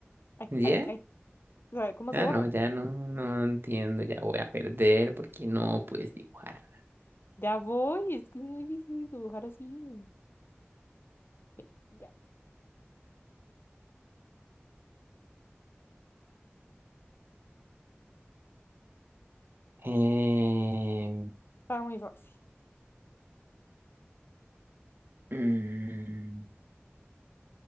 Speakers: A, on the left; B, on the right.
A: Ay,
B: ¿Ya?
A: ay, ay. ¿Sabe cómo
B: Ah,
A: se borra?
B: no, ya no, no entiendo. Ya voy a perder porque no puedes dibujar.
A: Ya voy, es que es muy difícil dibujar así. Ok, ya,
B: Eh,
A: está muy fácil.
B: mm,